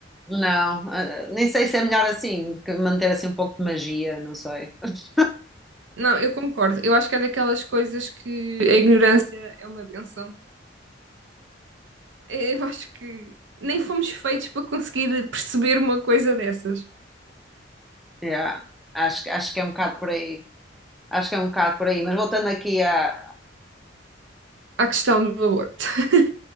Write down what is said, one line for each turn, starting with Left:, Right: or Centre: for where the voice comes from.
Centre: Não, eh, nem sei se é melhor assim, que manter assim um pouco de magia, não sei. <laughs>
Right: Não, eu concordo. Eu acho que é daquelas coisas que a ignorância é uma benção eu acho que nem fomos feitos para conseguir perceber uma coisa dessas.
Centre: Yeah, acho, que- acho que é um bocado por aí. Acho que é um bocado por aí. Mas voltando aqui a
Right: A questão do aborto. <laughs>